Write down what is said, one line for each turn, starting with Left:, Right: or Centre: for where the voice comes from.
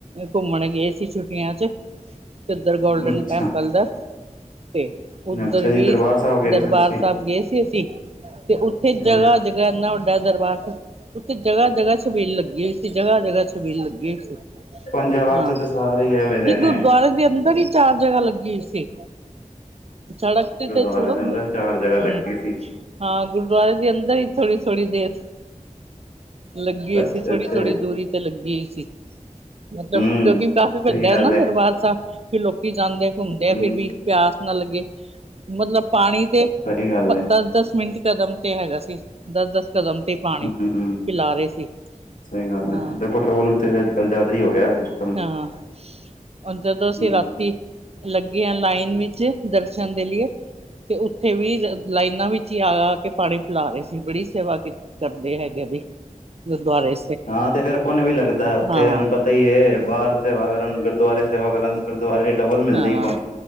Right: ਘੁੰਮਣ ਗਏ ਸੀ ਛੁੱਟੀਆਂ 'ਚ ਕਿੱਧਰ ਗੋਲਡਨ
Left: ਅੱਛਾ
Right: ਟੈਂਪਲ ਦਾ। ਤੇ ਉੱਧਰ
Left: ਅੱਛਾ
Right: ਵੀ
Left: ਜੀ ਦਰਬਾਰ ਸਾਹਿਬ ਗਏ
Right: ਦਰਬਾਰ
Left: ਸੀ ਤੁਸੀਂ
Right: ਸਾਹਿਬ ਗਏ ਅਸੀਂ ਤੇ ਉੱਥੇ ਜਗ੍ਹਾ-ਜਗ੍ਹਾ
Left: ਹੂੰ
Right: ਇੰਨਾ ਵੱਡਾ ਦਰਬਾਰ ਸੀ। ਉੱਥੇ ਜਗ੍ਹਾ-ਜਗ੍ਹਾ ਛਬੀਲ ਲੱਗੀ ਹੋਈ ਸੀ, ਜਗ੍ਹਾ ਜਗਾ ਛਬੀਲ ਲੱਗੀ ਹੋਈ ਸੀ।
Left: ਪੰਜਾਬ
Right: ਹਾਂ,
Left: ਚ ਤਾਂ ਸਾਰੇ ਹੀ ਐਵੇਂ ਦੇ
Right: ਨਹੀਂ
Left: ਨੇ
Right: ਗੁਰਦੁਆਰੇ ਦੇ ਅੰਦਰ ਹੀ ਚਾਰ ਜਗ੍ਹਾ ਲੱਗੀ ਹੋਈ ਸੀ। ਸੜਕ ਤੇ
Left: ਗੁਰਦੁਆਰੇ
Right: ਤਾਂ ਛੋੜ ਕ
Left: ਦੇ ਅੰਦਰ
Right: ਬ
Left: ਚਾਰ ਜਗ੍ਹਾ ਲੱਗੀ
Right: ਹਮ
Left: ਸੀ
Right: ਹਾਂ, ਗੁਰਦੁਆਰੇ ਦੇ ਅੰਦਰ ਹੀ ਥੋੜੀ-ਥੋੜ੍ਹੀ ਦੇਰ ਲੱਗੀ ਹੋਈ
Left: ਅੱਛਾ
Right: ਸੀ, ਥੋੜੀ-ਥੋੜੀ
Left: ਅੱਛਾ ਜੀ
Right: ਦੂਰੀ ਤੇ ਲੱਗੀ ਹੋਈ ਸੀ। ਮਤਲਬ
Left: ਹੂੰ
Right: ਕਿਉਂਕਿ ਕਾਫ਼ੀ ਵੱਡਾ
Left: ਸਹੀ
Right: ਹੈ
Left: ਗੱਲ
Right: ਨਾ ਦਰਬਾਰ ਸਾਹਿਬ, ਫ ਲੋਕੀ ਜਾਂਦੇ ਆ ਘੁੰਮਦੇ ਆ ਫਿਰਰ
Left: ਹੂੰ
Right: ਵੀ ਪਿਆਸ ਨਾ ਲੱਗੇ। ਮਤਲਬ ਪਾਣੀ ਤੇ
Left: ਸਹੀ ਗੱਲ ਹੈ
Right: ਦੱਸ-ਦੱਸ ਮਿੰਟ ਕਦਮ ਤੇ ਹੈਗਾ ਸੀ। ਦੱਸ-ਦੱਸ ਕਦਮ ਤੇ ਪਾਣੀ,
Left: ਹੂੰ
Right: ਪਿਲਾ ਰਹੇ ਸੀ,
Left: ਸਹੀ ਗੱਲ
Right: ਹਾਂ
Left: ਹੈ ਤੇ ਪੈਟਰੋਲ ਤੇ ਅੱਜ-ਕੱਲ੍ਹ ਜ਼ਿਆਦਾ ਹੀ ਹੋ ਗਿਆ। ਸਿਸਟਮ
Right: ਹਾਂ। ਜਦੋਂ ਅਸੀਂ
Left: ਹੂੰ
Right: ਰਾਤੀ, ਲੱਗੇ ਆ ਲਾਈਨ ਵਿੱਚ, ਦਰਸ਼ਨ ਦੇ ਲਈਏ ਤੇ ਉੱਥੇ ਵੀ ਲਾਈਨਾਂ ਵਿੱਚ ਹੀ ਆ-ਆ ਕੇ ਪਾਣੀ ਪਿਲਾ ਰਹੇ ਸੀ। ਬੜੀ ਸੇਵਾ ਕੀਤੀ। ਕਰਦੇ ਹੈਗੇ ਵੀ ਗੁਰਦੁਆਰੇ
Left: ਹਾਂ ਤੇ ਫੇਰ ਭੁੰਨ ਵੀ ਲੱਗਦਾ। ਇੱਥੇ
Right: ਹਾਂ
Left: ਹੁਣ ਪਤਾ ਹੀ ਹੈ ਬਾਹਰ ਸੇਵਾ ਕਰਨ, ਗੁਰਦੁਆਰੇ ਸੇਵਾ ਕਰਨ ਦੁਆਰੇ 'ਚ' ਡਬਲ ਮਿਲਦੇ
Right: ਹਾਂ,
Left: ਹੀ ਪੁੰਨ